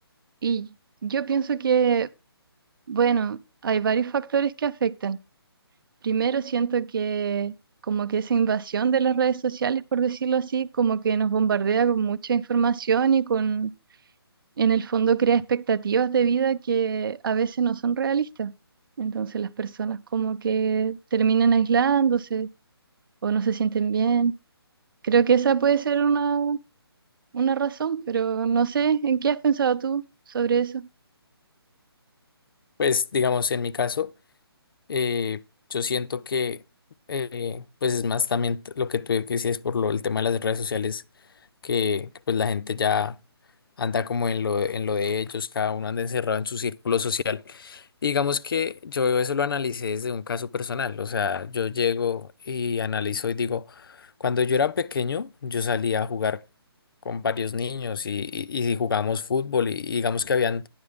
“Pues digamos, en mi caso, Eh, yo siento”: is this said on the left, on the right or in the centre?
Left